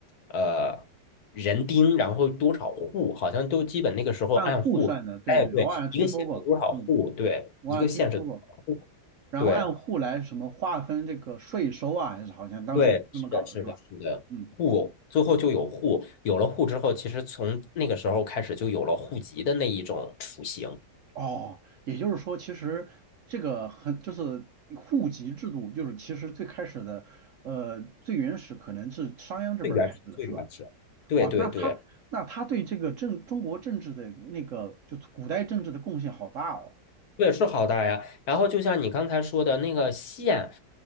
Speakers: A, on the left; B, on the right.
A: 呃人丁，然后多少户，好像都基本那个时候按户，
B: 按户算的，对对，
A: 哎，对，
B: 我好像听说过，
A: 一个县有多少户，
B: 嗯，
A: 对，
B: 我好像听说过。
A: 一个县是多少户，
B: 然后按户来什么划分这个税收啊，
A: 对
B: 还是好像当时也是这么搞的，
A: 对，是的，是的，
B: 是吧？
A: 是的，
B: 嗯，
A: 户最后就有户，有了户之后，其实从那个时候开始就有了户籍的那一种雏形，
B: 哦，也就是说，其实这个很就是户籍制度，就是其实最开始的，呃，最原始可能是商鞅这边儿开始的，
A: 最原始，最原始，
B: 是吧？
A: 对对对。
B: 哇，那他那他对这个政中国政治的那个就是古代政治的贡献好大哦。
A: 对，是好大呀。然后就像你刚才说的那个线，